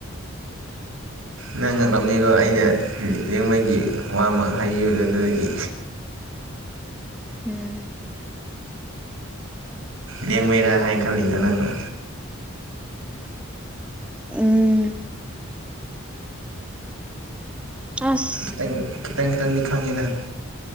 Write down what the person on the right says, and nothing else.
ꯅꯪ ꯉꯛꯑꯝꯅꯤꯒꯣ ꯑꯩꯅ ꯂꯤꯌꯥꯡꯃꯩꯒꯤ ꯋꯥ ꯑꯃ ꯍꯥꯢꯕꯤꯕꯗꯒꯤ
ꯂꯦꯡꯃꯩꯔꯥ ꯍꯥꯏ ꯈꯥꯜꯂꯤꯔ ꯅꯪꯅ
ꯈꯤꯇꯪ ꯈꯤꯇꯪ ꯈꯤꯇꯪꯗꯤ ꯈꯪꯉꯦꯗ